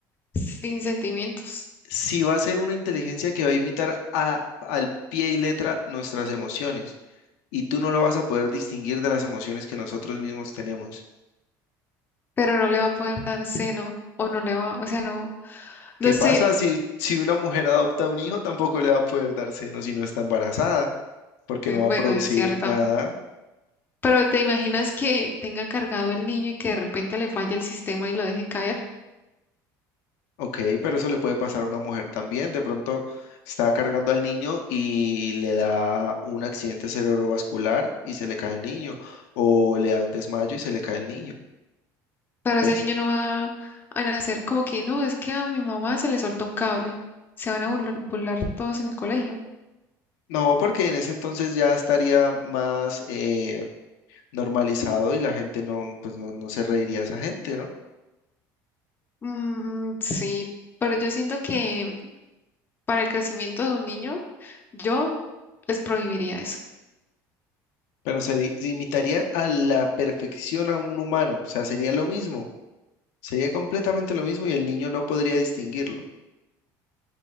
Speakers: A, on the left; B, on the left.
A: sin sentimientos,
B: Si va a ser una inteligencia que va a imitar a, al pie y letra nuestras emociones, y tú no lo vas a poder distinguir de las emociones que nosotros mismos tenemos.
A: pero no le va a poder dar seno o no le va, o sea, no,
B: ¿Qué
A: no
B: pasa
A: sé.
B: si, si una mujer adopta un hijo? Tampoco le va a poder dar seno si no está embarazada porque
A: eh,
B: no
A: Bueno,
B: va a producir
A: es cierto.
B: nada.
A: Pero ¿te imaginas que tenga cargado el niño y que de repente le falle el sistema y lo deje caer?
B: Ok, pero eso le puede pasar a una mujer también. De pronto está cargando al niño y le da un accidente cerebrovascular y se le cae el niño, o le da un desmayo y se le cae el niño.
A: Pero ese
B: ¿Ves?
A: niño no va a nacer como que no, es que a mi mamá se le soltó un cable. Se van a burla- burlar todos en el colegio.
B: No, porque en ese entonces ya estaría más eh, normalizado y la gente no, pues no, no se reiría a esa gente, ¿no?
A: Mm, sí, pero yo siento que para el crecimiento de un niño, yo les prohibiría eso.
B: Pero se imitaría a la perfección a un humano, o sea, sería lo mismo, sería completamente lo mismo y el niño no podría distinguirlo.